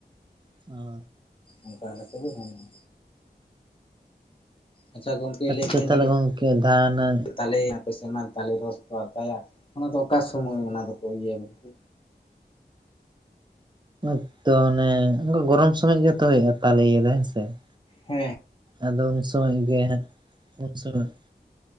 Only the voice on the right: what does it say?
ᱚ
ᱟᱪᱪᱷᱟ
ᱛᱟᱦᱚᱞᱮ ᱜᱚᱝᱠᱮ ᱫᱷᱟᱱᱟ
ᱦᱳ ᱛᱚ ᱚᱱᱮ ᱚᱱᱠᱟ ᱜᱚᱨᱚᱢ ᱥᱚᱢᱚᱭ ᱜᱮᱛᱚ ᱦᱩᱭᱩᱜᱼᱟ ᱛᱟᱦᱚᱞᱮ ᱤᱭᱟᱹ ᱫᱚ ᱦᱮᱸ ᱥᱮ ᱾
ᱟᱫᱚ ᱩᱱ ᱥᱚᱢᱚᱭ ᱜᱮ ᱦᱟᱸᱜ ᱩᱱ ᱥᱚᱢᱚᱭ